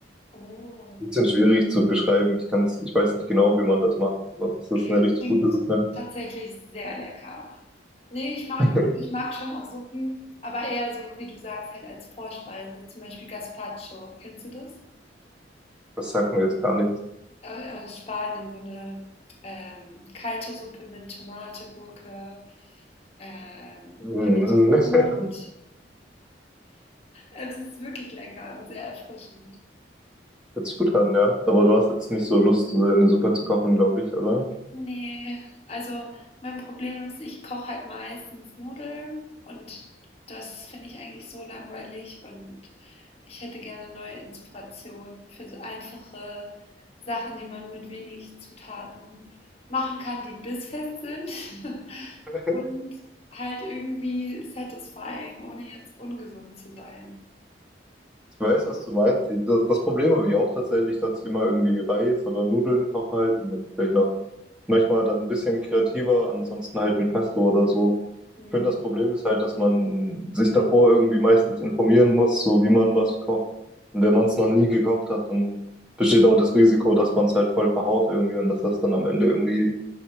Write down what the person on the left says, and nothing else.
Oh,
okay,
das
klingt
tatsächlich sehr lecker. Nee, ich mag,
also ich mag schon auch Suppen, aber eher so, wie du sagst, halt als Vorspeise, zum Beispiel Gazpacho. Kennst du das?
äh, äh, Spanien so eine ähm, kalte Suppe mit Tomate, Gurke, ähm,
Brot.
Also Es ist wirklich lecker und sehr erfrischend.
Ne, also mein Problem ist, ich koche halt meistens Nudeln und das finde ich eigentlich so langweilig und ich hätte gerne neue Inspirationen für so einfache Sachen, die man mit wenig Zutaten machen kann, die bissfest sind <laughs>
und halt irgendwie satisfying, ohne jetzt ungesund zu sein.
Hm.